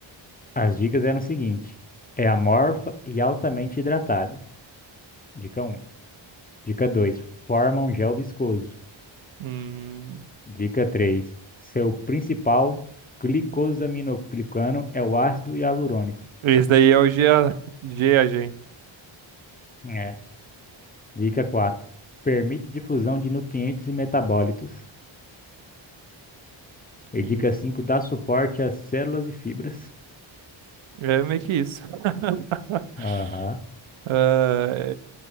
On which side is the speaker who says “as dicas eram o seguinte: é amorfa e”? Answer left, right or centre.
Left